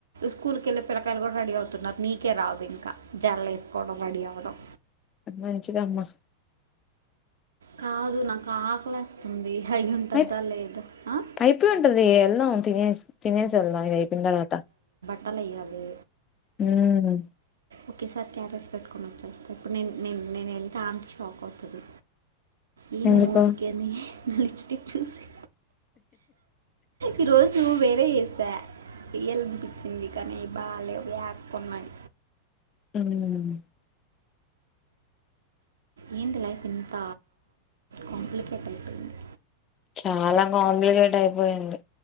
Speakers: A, on the right (about 70°); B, on the left (about 30°).
A: స్కూల్ కెళ్లే పిల్లకాయలు కూడా రెడీ అతున్నారు నీకే రాదు ఇంకా జల్ వేసుకోవడం రెడీ అవడం
B: మంచిదమ్మా
A: కాదు నాకు ఆకలేస్తుంది అయి ఉంటుందా
B: అయిపో
A: లేదా ఆ?
B: అయిపోయి ఉంటది వెళ్దాం తినేసి తినేస్ సెల్దాం ఇది అయిపోయిన తర్వాత
A: పలేయ్యాలి
B: మ్
A: ఓకే సారి క్యారెస్ పెట్టుకొని వచ్చేస్తా ఇప్పుడు నే నేను వెళ్తే అంటి షాక్ అవుతది ఏంది
B: ఎందుకు
A: మూతికాని నా లిప్స్టిక్ చూసి ఈ రోజు వేరే చేసా ఇయల్ అనిపించింది కానీ బాగాలే యాక్ కున్నాయ్
B: మ్
A: ఏంటి లైఫ్ ఇంత కాంప్లికేట్ అయిపోయింది
B: చాలా కాంప్లికేట్ అయిపోయింది